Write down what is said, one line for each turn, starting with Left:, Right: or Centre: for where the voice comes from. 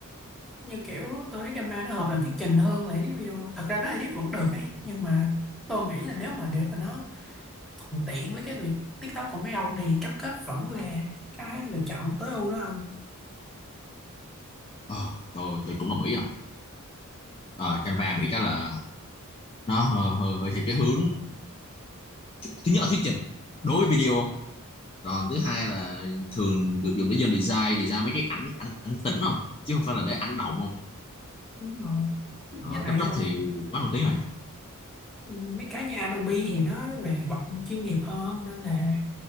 Centre: như kiểu tôi thấy Canva nó hợp làm thuyết trình hơn là edit video thật ra nó edit vẫn được ấy nhưng mà tôi nghĩ là nếu mà để mà nó thuận tiện với cái việc TikTok của mấy ông thì CapCut vẫn là cái lựa chọn tối ưu đó ông
Left: Ờ, tôi tôi cũng đồng ý rồi. Ờ, Canva bị cái là nó hơi, hơi, hơi theo cái hướng thứ nhất là thuyết trình đối với video còn thứ hai là thường được dùng để dân design design mấy cái ảnh ảnh ảnh tĩnh không chứ không phải là để ảnh động không
Centre: đúng rồi với
Left: rồi
Centre: lại
Left: cấp tốc
Centre: um,
Left: thì quá nổi tiếng rồi
Centre: mấy cái như Adobe thì nó về bọn chuyên nghiệp hơn nên là